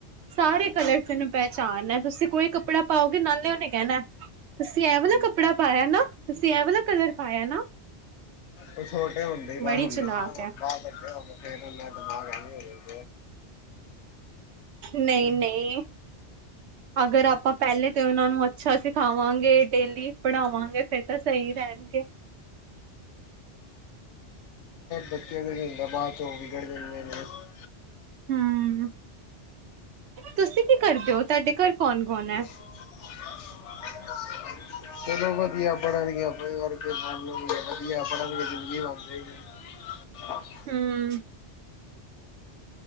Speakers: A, on the right; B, on the left.
A: ਸਾਰੇ ਕਲਰ ਤੈਨੂੰ ਪਹਿਚਾਣ ਹੈ ਤੁਸੀਂ ਕੋਈ ਕੱਪੜਾ ਪਾਓ ਨਾਲੇ ਉਹਨੇ ਕਹਿਣਾ ਤੁਸੀਂ ਇਹ ਵਾਲਾ ਕੱਪੜਾ ਪਾਇਆ ਨਾ, ਤੁਸੀਂ ਇਹ ਵਾਲਾ ਕਲਰ ਪਾਇਆ ਨਾ।
B: ਉਹ ਛੋਟੇ ਹੁੰਦੇ <unintelligible>
A: ਬੜੀ
B: ਹੁਣ
A: ਚਲਾਕ
B: ਨਾ
A: ਹੈ
B: ਬਾਹਰ ਵੱਡੇ ਹੋਗੇ ਫੇਰ ਉਹਨਾ ਦਿਮਾਗ ਐ <unintelligible>
A: ਨਹੀਂ, ਨਹੀਂ, ਅਗਰ ਆਪਾਂ ਪਹਿਲੇ ਤੇ ਉਹਨਾਂ ਨੂੰ, ਅੱਛਾ ਸਿਖਾਵਾਂਗੇ ਡੇਲੀ ਪੜ੍ਹਾਵਾਂਗੇ, ਫੇਰ ਤਾਂ ਸਹੀ ਰਹਿਣਗੇ।
B: ਬੱਤੀਦਾ ਬਾਅਦ ਚੌਵੀ ਗੜ੍ਹ ਜਾਂਦੇ ਨੇ, ਹਾਂ,
A: ਹੂੰ, ਤੁਸੀਂ ਕੀ ਕਰਦੇ ਹੋ ਤੁਹਾਡੇ ਘਰ ਕੌਣ ਕੌਣ ਹੈ?
B: <unintelligible> ਚਲੋ ਵਧੀਆ ਪੜ੍ਹਨਗੇ ਆਪਣੇ, ਵਰਗੇ ਬਣਨਗੇ, ਵਧੀਆ ਪੜਨਗੇ ਜ਼ਿੰਗੀ ਬਣ ਜਾ। <unintelligible>
A: ਹੂੰ,